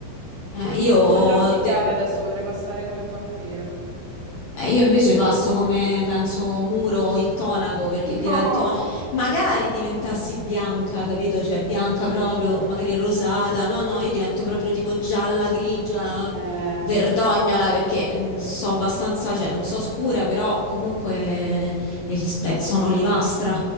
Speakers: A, on the left (about 75°); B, on the right (about 65°).
A: eh,
B: Mi mancano
A: io...
B: solo gli occhi
A: de-
B: chiari adesso, potrei passare come vampiro.
A: Eh, io invece passo come, penso, muro intonaco
B: <laughs>
A: perché
B: No,
A: divento, ma magari diventassi bianca, capito? Cioè bianca proprio, magari rosata. No, no, io divento proprio tipo gialla, grigia,
B: Eh,
A: verdognola
B: sì.
A: perché mm, so abbastanza, cioè non so scura, però comunque eh, il- eh, sono olivastra,